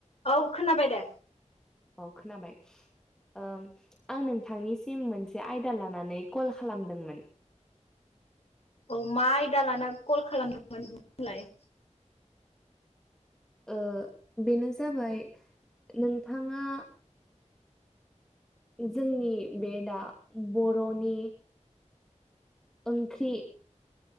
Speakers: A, on the left; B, in the centre.
A: औ खोनाबाय दे
B: अ खोनाबाय ओ आं नोंथांनिसिम मोनसे आयदा लानानै कल खालामदोंमोन
A: औ मा आयदा लाना कल खालामदोंमोन बुंलाय
B: ओ बेनो जाबाय नोंथाङा जोंनि बे दा बर'नि ओंख्रि